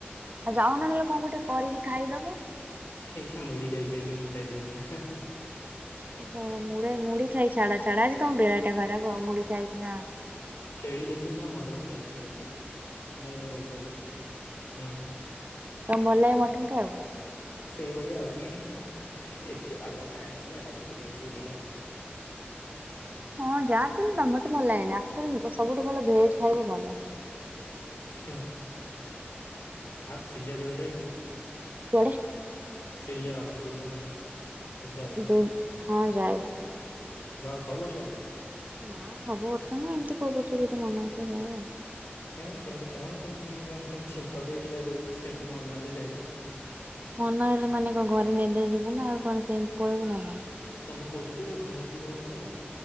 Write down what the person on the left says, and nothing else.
ଏଇ ଖା ମୁଢି ଖାଇକି ଆଇଲି ମୁଠାଏ ଦି ମୁଠା।
ଛେଳି ଦେଖିକିନା ମଟନ ଖାଇବାକୁ ଇଚ୍ଛା ହଉଚି ମେ ମେ ହଉଚନ୍ତି ହୁଁ।
ସେଇଭଳିଆ ଆଉ ଏତେ ପାଗଲା ନିଆ ଆଇଁଷିଆ ଗନ୍ଧ ହୁଏ ସେ ସେଇଟା।
ହୁଁ ଆଉ ସିଲିଆ କେବେ ଯାଇଚ?
ସିଲିଆ ବା ଦୁର୍ଗା ମନ୍ଦିର। ଦୁର୍ଗା ମା
ଯାଅ ସବୁ ବର୍ଷ?
କାଇଁକି ସେ ଏମତି କଣ କି ଏମତି ତମକୁ କଣ ଛେଙ୍କ ଦେଇଥିଲା କହୁଚ ସେମିତି ମନ ହେଲେ ଯାଏ
ତମେ କହୁଚ ଟି ରଘୁନାଥ ପୁର ତମ ଘର?